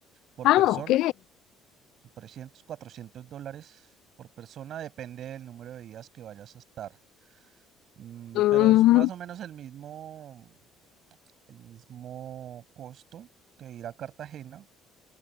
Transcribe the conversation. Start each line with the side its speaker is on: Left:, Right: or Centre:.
Right: por
Left: Ah,
Right: persona,
Left: ok.
Right: 300, 400 dólares por persona, depende del número de días que vayas a estar. Mm,
Left: Mm,
Right: pero es más o menos el mismo, el mismo costo que ir a Cartagena,